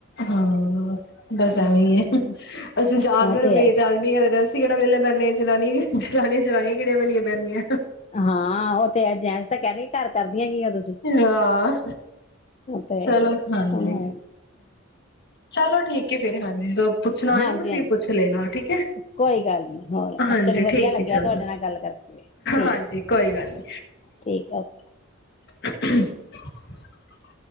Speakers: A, on the left (about 50°); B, on the left (about 30°).
A: ਹਾਂ ਬਸ
B: ਹਮ
A: ਐਵੇਂ ਹੀ ਹੈ ਅਸੀਂ ਆਦਮੀ
B: ਉਹ
A: ਰੁਕਈਏ
B: ਹੈ
A: ਤੇ ਆਦਮੀ ਕਿਹੜਾ ਵਹਲੇ ਪੈਂਨ ਜਨਾਨੀਆਂ ਜਨਾਨੀਆਂ ਜਨਾਨੀਆਂ ਕਿਹੜੀਆਂ ਵਹਲੀਆਂ ਪੈਂਦੀਆਂ
B: ਹਾਂ ਉਹ ਤੇ ਜੈਸ ਤਾਂ ਕਹਿਦੇ ਘਰ ਕਰਦੀਆਂ ਕੀ ਤੁਸੀਂ
A: ਹਾਂ,
B: ਤੇਣ
A: ਚਲੋ ਹਾਂਜੀ।
B: ਹਾਂ
A: ਚਲੋ ਠੀਕ ਫੇਿਰ ਹਾਂਜੀ ਜਦੋਂ ਪੁੱਛਣਾ ਹੋਏ
B: ਹਾਂਜੀ
A: ਨਾ ਤੁਸੀਂ
B: ਹਾਂਜੀ
A: ਪੁੱਛ ਲੈਣਾ ਠੀਕ ਹੈ।
B: ਕੋਈ ਗੱਲ ਨੀ ਹੋਰ
A: ਹਾਂਜੀ,
B: ਚਲੋ ਵਧੀਆ
A: ਠੀਕ
B: ਲੱਗਿਆ
A: ਹੈ ਚਲੋ,
B: ਤੁਹਾਡੇ ਨਾਲ ਗੱਲ ਕਰਕੇ ਠੀਕ
A: ਹਾਂਜੀ ਕੋਈ ਗੱਲ ਨੀ
B: ਠੀਕ ਓਕੇ
A: <unintelligible>